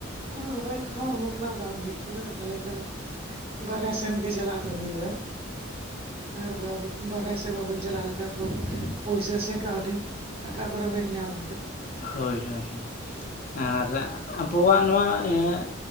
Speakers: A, on the right (about 30°); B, on the left (about 40°).
A: ᱦᱩᱲᱩ ᱨᱚᱦᱚᱭ ᱠᱚᱦᱚᱸ ᱩᱱᱟᱹᱜ ᱦᱟᱸᱜ ᱵᱟᱝ ᱦᱩᱭᱩᱜ ᱠᱟᱱᱟ ᱛᱟᱦᱚᱞᱮ ᱠᱷᱟᱱ ᱵᱟᱨᱦᱮ ᱥᱮᱱ ᱜᱮ ᱪᱟᱞᱟᱜ ᱫᱚ ᱦᱩᱭᱩᱜᱼᱟ᱾ ᱟᱨ <unintelligible> ᱵᱟᱦᱨᱮ ᱥᱮ ᱵᱟᱵᱮᱱ ᱪᱟᱞᱟᱜ ᱞᱮᱠᱷᱟᱡ ᱯᱚᱭ ᱯᱩᱭᱥᱟᱹ ᱥᱮ ᱠᱟᱹᱣᱰᱤ ᱚᱠᱟ ᱠᱚᱨᱮ ᱵᱮᱱ ᱧᱟᱢᱟ ᱦᱟᱸᱜ
B: ᱦᱳᱭ ᱦᱳᱭ ᱦᱳᱭ ᱟᱨ ᱟᱵᱚᱣᱟᱜ ᱱᱚᱣᱟ ᱮᱸᱜ